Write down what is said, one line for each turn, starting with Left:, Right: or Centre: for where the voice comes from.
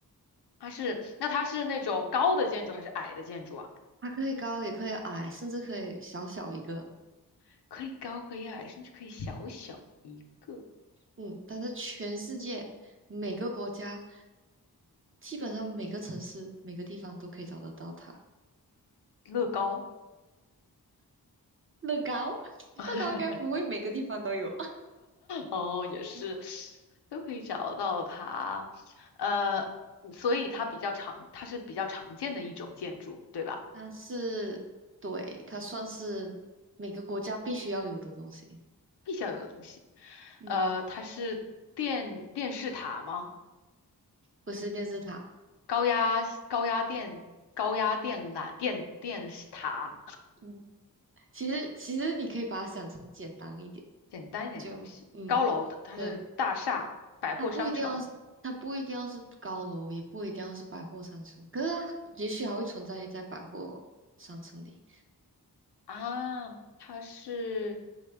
Left: 它是，那它是那种高的建筑还是矮的建筑啊？
Right: 它可以高也可以矮，甚至可以小小一个，
Left: <laughs> 可以高，可以矮，甚至可以小小一个
Right: 嗯。但是全世界每个国家，基本上每个城市、每个地方都可以找得到它。
Left: 乐高。
Right: 乐高，<laughs>
Left: <laughs>
Right: 乐高应该不会每个地方都有，
Left: 哦，也是，
Right: <laughs>
Left: 都可以找到它。呃，嗯所以它比较常，它是比较常见的一种建筑，对吧？
Right: 它是，对，它算是每个国家必须要有的东西，
Left: 必须要有的东西。
Right: 嗯，
Left: 呃，它是电电视塔吗？
Right: 不是电视塔。
Left: 高压高压电高压电缆电电视塔。
Right: 嗯，其实其实你可以把它想成简单一点。
Left: 简单一点的东西。
Right: 就嗯，
Left: 高楼的，它是大厦、
Right: 对，
Left: 百货商城
Right: 它不一定要是，它不一定要是高楼，也不一定要是百货商城，可是它也许还会存在在百货商城里。
Left: 啊，它是